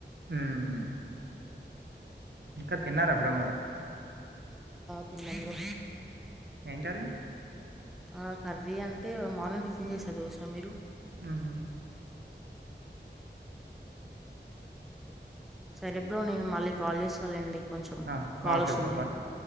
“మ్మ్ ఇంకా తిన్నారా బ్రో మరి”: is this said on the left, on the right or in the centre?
Right